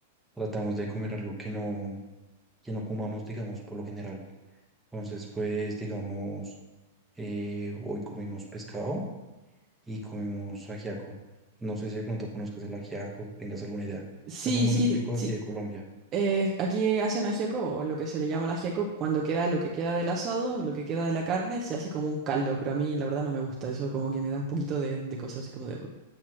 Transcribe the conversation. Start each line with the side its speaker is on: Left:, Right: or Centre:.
Centre: tratamos de comer algo que no, que no comamos, digamos, por lo general. Entonces, pues digamos, eh, hoy comimos pescado y comimos ajiaco. No sé si de pronto conozcas el ajiaco, tengas alguna idea.
Right: Sí,
Centre: Es algo muy
Right: sí,
Centre: típico de
Right: sí.
Centre: aquí de Colombia.
Right: Eh, aquí hacen ajiaco, o lo que se le llama el ajiaco, cuando queda lo que queda del asado, lo que queda de la carne, se hace como un caldo, pero a mí la verdad no me gusta eso, como que me da un poquito de, de cosas así como de...